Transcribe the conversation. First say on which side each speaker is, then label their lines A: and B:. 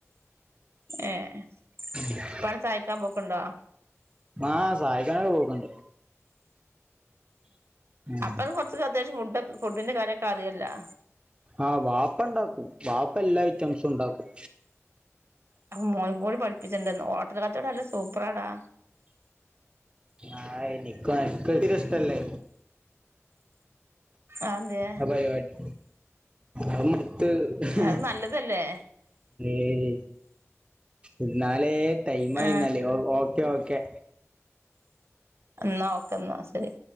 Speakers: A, on the right; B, on the right.
A: ഏഹ്
B: <unintelligible>
A: ഇപ്പാനെ സഹായിക്കാൻ പോക്ക്ണ്ടോ?
B: ആഹ് സഹായിക്കാനൊക്കെ പോകും ഉം
A: അപ്പൊത് കുറച്ച് അത്യാവശം ഫുഡി ഫുഡിന്റെ കാര്യൊക്കെ അറിയല്ലോ?
B: ആഹ് വാപ്പ ഇണ്ടാക്കും വാപ്പ എല്ലാ ഐറ്റംസും ഇണ്ടാക്കും.
A: മോൻ കൂടി പഠിപ്പിച്ചെണ്ട ഹോട്ടൽ കച്ചോടം നല്ല സൂപ്പറാടാ.
B: ഹായ് നിക്കൊ ഒക്കത്തിന്നും ഇഷ്ട ലാ
A: അതെന്തേ
B: ആ പരി വാടി <unintelligible>
A: അത് നല്ലതല്ലേ
B: ഏയ് ഇന്നാലേ ടൈം മായിന്നാല്
A: ആ
B: ഓക്കെ ഓക്കെ.
A: ന്നാ ഓക്കന്നാ ശരി.